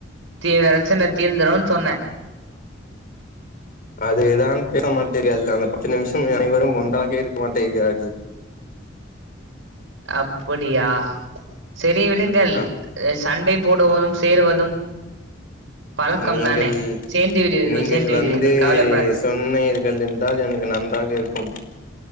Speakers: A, on the right (about 80°); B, on the left (about 50°).
A: தீவிர ப்ரெச்சன தீர்ந்திறுனு சொன்னே
B: அதேதான் பேச மாட்டேனு எல்லாரு அந்த பத்து நிமிஷம் நீங்கள் அனைவரும் ஒன்றாக இருக்க மாட்டேக்கிறார்கள்
A: அப்புடியா செரி விடுங்கள்
B: ஆ
A: சண்டை போடுவதும் சேருவதும் பழக்கம்
B: நீங்கள்
A: தானே சேர்ந்து விடுவீர்கள்
B: நீங்கள்
A: சேர்ந்து
B: வந்து
A: விடுவீர்கள் கவலைப்படாதீர்கள்
B: சொன்னீர்கள் என் றால் எனக்கு நன்றாக இருக்கும்